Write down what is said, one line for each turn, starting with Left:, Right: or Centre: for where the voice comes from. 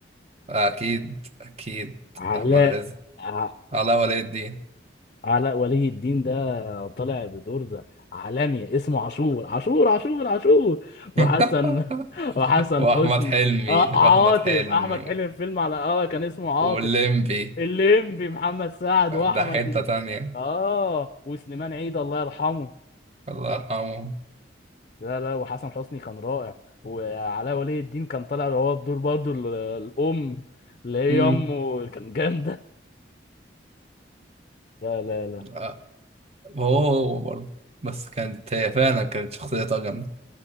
Right: اكيد اكيد
Left: علاء
Right: احمد رزق
Left: ع-
Right: علاء ولي الدين
Left: علاء ولي الدين ده طالع بدور ده عالمي اسمه عاشور عاشور عاشور عاشور وحسن
Right: <laughs>
Left: <laughs> وحسن
Right: واحمد
Left: حسني
Right: حلمي
Left: اه
Right: واحمد
Left: عاطف
Right: حلمي
Left: احمد حلمي في فيلم على اه كان اسمه عاطف
Right: واللمبي
Left: الليمبي محمد سعد واحمد
Right: ده حتة تانية
Left: اه وسليمان عيد الله يرحمه
Right: الله يرحمه
Left: لا لا وحسن حسني كان رائع وعلاء ولي الدين كان طالع هو بدور برضه ال- الام اللي هي
Right: امم
Left: امه كان جامده لا لا لا
Right: آه، هو هو برضه بس كانت هي فعلا كانت شخصيتها جامدة